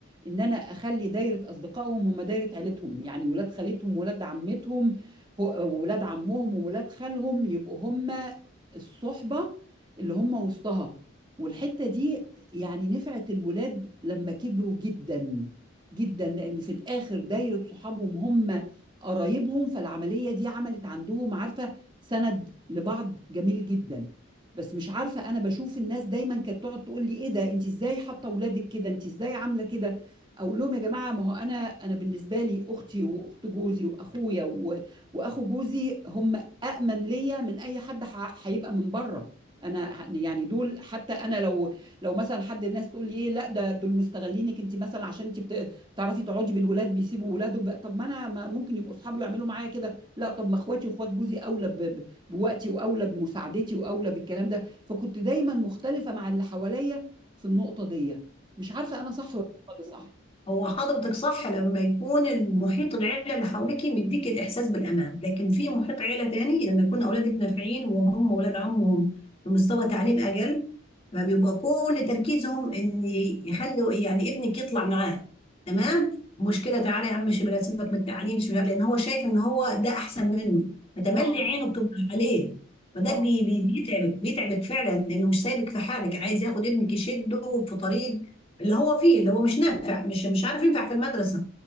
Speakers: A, on the right; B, on the left.
A: ان انا اخلي دايره اصدقائهم هم دايره عيلتهم يعني ولاد خالتهم ولاد عمتهم هو- ولاد عمهم وولاد خالهم يبقوا هم الصحبه اللي هم وسطها والحته دي يعني نفعت الولاد لما كبروا جدا جدا لان في الاخر دايره صحابهم هم قرايبهم فالعمليه دي عملت عندهم عارفه سند لبعض جميل جدا بس مش عارفه انا بشوف الناس دايما كانت تقعد تقول لي ايه ده انت ازاي حاطه اولادك كده انت ازاي عامله كده اقول لهم يا جماعه ما هو انا انا بالنسبه لي اختي واخت جوزي واخويا و- واخو جوزي هم أأمن ليا من اي حد ح- هيبقى من بره انا ه- يعني دول حتى انا لو لو مثلا حد الناس تقول لي ايه لا ده دول مستغلينك انت مثلا عشان انت بت- بتعرفي تقعدي بالولاد بيسيبوا ولادهم بقى. طب ما انا ما- ممكن يبقوا اصحابي يعملوا معايا كده لا طب ما اخواتي واخوات جوزي اولى ب- ب- بوقتي واولى بمساعدتي واولى بالكلام ده فكنت دايما مختلفه مع اللي حواليا في النقطه دي مش عارفه انا صح ولا انت صح
B: هو حضرتك صح لما يكون المحيط العيلة اللي حواليك مديك الإحساس بالأمان لكن في محيط عيلة تاني لما يكون أولادك نافعين وهم أولاد عمهم بمستوى تعليم أقل فبيبقى كل تركيزهم إن يخلوا يعني ابنك يطلع معاه تمام مشكلة تعالى يا عم شباب سيبك من التعليم شباب لأن هو شايف إن هو ده أحسن منه فتملي
A: اه
B: عينه بتبقى عليه فده
A: اه
B: بي- بي- بيتعبك بيتعبك فعلا لأنه مش سايبك في حالك عايز ياخد ابنك يشده في طريق اللي هو فيه اللي هو مش نافع مش مش عارف ينفع في المدرسة